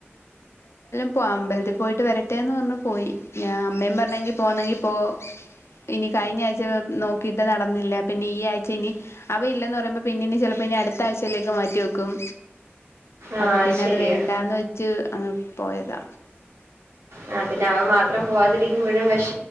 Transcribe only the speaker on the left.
ഇപ്പോൾ അമ്പലത്തി പോയിട്ട് വരട്ടെ എന്ന് പറഞ്ഞു പോയി ഞാൻ അമ്മയും പറഞ്ഞെങ്കിൽ പോകുന്നെങ്കിൽ പോ ഇനി കഴിഞ്ഞ ആഴ്ച നോക്കിയിട്ട് നടന്നില്ല പിന്നെ ഈ ആഴ്ച ഇനി അവൻ ഇല്ലന്ന് പറയുമ്പോൾ പിന്നെ ഇനി ചിലപ്പോ ഇനി അടുത്ത ആഴ്ചയല്ലെ മാറ്റി വെക്കും
അപ്പൊ പിന്നെ
അത് വേണ്ടാന്ന് വ അ പോയതാ